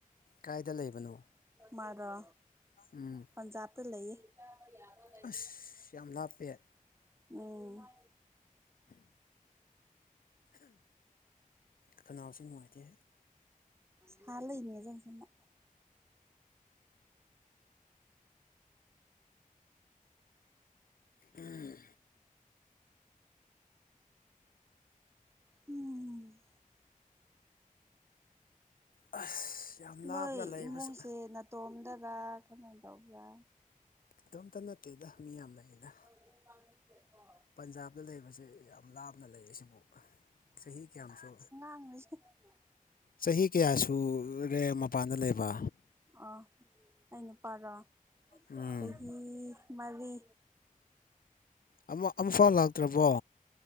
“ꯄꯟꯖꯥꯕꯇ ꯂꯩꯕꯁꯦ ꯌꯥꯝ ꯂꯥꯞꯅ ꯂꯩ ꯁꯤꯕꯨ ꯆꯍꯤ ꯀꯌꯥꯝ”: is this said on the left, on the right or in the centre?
Left